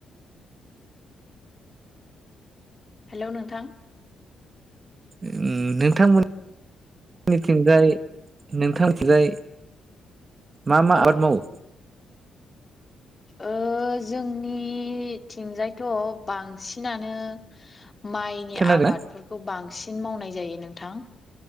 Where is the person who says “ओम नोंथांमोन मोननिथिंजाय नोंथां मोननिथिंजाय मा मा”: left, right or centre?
Right